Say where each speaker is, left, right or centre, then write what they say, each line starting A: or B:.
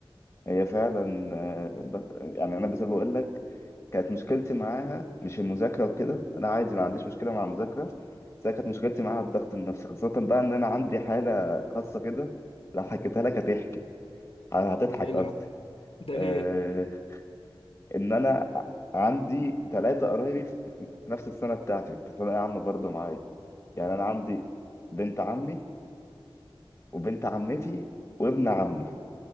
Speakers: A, on the left; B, on the left.
A: هي فعلا آه، ضغ... يعني أنا بس بقول لك كانت مشكلتي معاها مش المذاكرة وكده أنا عادي ما عنديش مشكلة مع المذاكرة بس أنا كانت مشكلتي معاها الضغط النفسي خاصة بقى إن أنا عندي حالة خاصة كده لو حكيتها لك هتحكي هتضحك
B: ده إيه الهبل
A: قصدي
B: ده
A: آه،
B: ليه؟
A: ان انا عندي ثلاثه قرايبي في في نفس السنه بتاعتي في الثانويه عامه برضه معايا يعني انا عندي بنت عمي وبنت عمتي وابن عمي